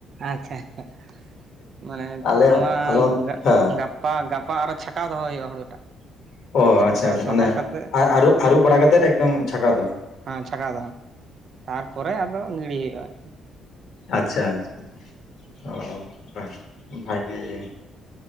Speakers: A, on the right; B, on the left.
A: ᱟᱪᱪᱷᱟ ᱟᱪᱪᱷᱟ ᱢᱟᱱᱮ
B: ᱟᱞᱮ
A: ᱱᱚᱣᱟ
B: ᱟᱞᱮ
A: ᱜᱟᱱ
B: ᱦᱮᱸ
A: ᱜᱟᱯ ᱯᱟ ᱜᱟᱯᱟ ᱟᱨᱚᱪᱷᱟᱠᱟᱣ ᱫᱚᱦᱚ ᱦᱩᱭᱩᱜ-ᱟ ᱦᱩᱲᱩᱴᱟᱜ
B: ᱚ
A: ᱪᱷᱟᱠᱟᱣ
B: ᱟᱪᱪᱷᱟ ᱟᱪᱪᱷᱟ
A: ᱫᱚᱦᱚ
B: ᱢᱟᱱᱮ
A: ᱠᱟᱛᱮᱫ
B: ᱟ ᱟᱨᱩ ᱟᱨᱩᱯ ᱵᱟᱲᱟ ᱠᱟᱛᱮᱫ ᱮᱠᱫᱚᱢ ᱪᱷᱟᱠᱟᱣ ᱫᱚᱦᱚᱭ
A: ᱦᱟᱸ ᱪᱷᱟᱠᱟᱣ ᱫᱚᱦᱚ ᱛᱟᱨᱯᱚᱨᱮ ᱟᱫᱚ ᱜᱤᱲᱤ ᱦᱩᱭᱩᱜ-ᱟ ᱟᱨᱠᱤ
B: ᱟᱪᱪᱷᱟ ᱟᱪᱷᱟᱷᱟ ᱚ ᱵᱟ, ᱵᱷᱟᱜᱤ ᱜᱮ